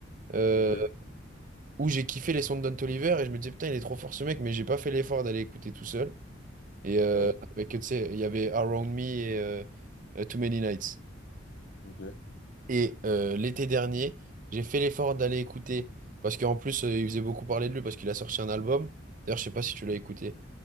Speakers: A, on the right (about 45°); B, on the left (about 65°).
A: euh,
B: ok,
A: où j'ai kiffé les sons de Don Toliver, et je me disais, putain, il est trop fort ce mec, mais j'ai pas fait l'effort d'aller écouter tout seul. Et euh,
B: ouais,
A: avec, tu sais, il y avait Around Me et euh, Too Many Nights.
B: ok.
A: Et euh, l'été dernier, j'ai fait l'effort d'aller écouter, parce qu'en plus, euh, il faisait beaucoup parler de lui, parce qu'il a sorti un album. D'ailleurs, je sais pas si tu l'as écouté,